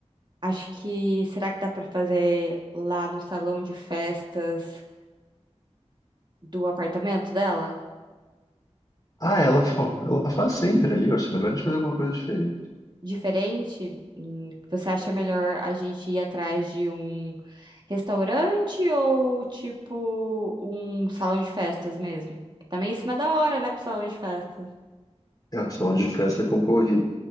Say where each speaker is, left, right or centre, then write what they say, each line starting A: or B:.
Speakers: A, on the right; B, on the left.
A: Acho que será que dá pra fazer lá no salão de festas do apartamento dela?
B: Ah, ela, fa- ela faz sempre ali. Eu acho melhor a gente fazer alguma coisa diferente.
A: Diferente? Hum, Você acha
B: É,
A: melhor a gente ir atrás de um restaurante ou tipo um salão de festas mesmo? Também em cima da hora, né, pro salão de festas.
B: É, o salão de festa é concorrido.